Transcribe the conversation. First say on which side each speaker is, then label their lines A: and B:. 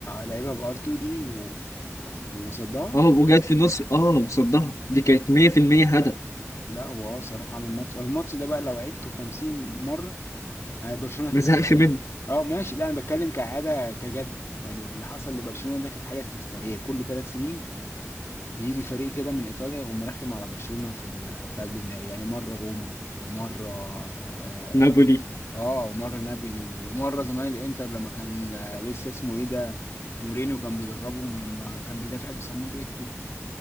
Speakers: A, on the left; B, on the left.
A: لعيبها بار 2 دي و... وصدها
B: اه وجات في النص اه وصدها دي كانت 100% هدف
A: لا هو اه صراحه عمل ماتش الماتش ده بقى لو عدته 50 مره آه، برشلونه هتكسب
B: ما زهقش
A: عادي
B: منه
A: اه ماشي لا انا بتكلم كعاده كجد يعني اللي حصل لبرشلونه ده كانت حاجه استثنائيه كل ثلاث سنين بيجي فريق كده من ايطاليا يقوم مرخم على برشلونه في ال... في قبل النهائي يعني مره روما ومره آه،
B: نابولي
A: اه ومره نابولي ومره زمان الانتر لما كان آه، لسه اسمه ايه ده مورينيو كان بيدربهم لما كان بيدافع بصامويل ايتو